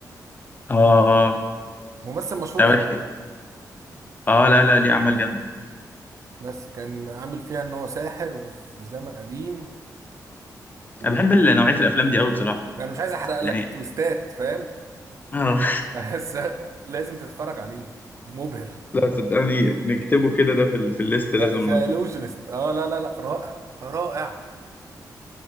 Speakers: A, on the left; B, on the right.
A: آه آه آه
B: ممثل مشهور
A: لا
B: قوي
A: احكي آه لا لا ليه أعمال جامدة
B: بس كان عامل فيها إن هو ساحر وفي زمن قديم وأنا
A: انا بحب ال- نوعيه الافلام دي قوي بصراحه
B: مش عايز أحرق
A: يعني
B: لك التويستات فاهم
A: اه
B: <laughs> بس لازم تتفرج عليه مبهر
A: لا صدقني نكتبه كده ده في ال... في الليست لازم
B: لا ذا
A: نشوف
B: إلوجنست اه لا لا لا رائع رائع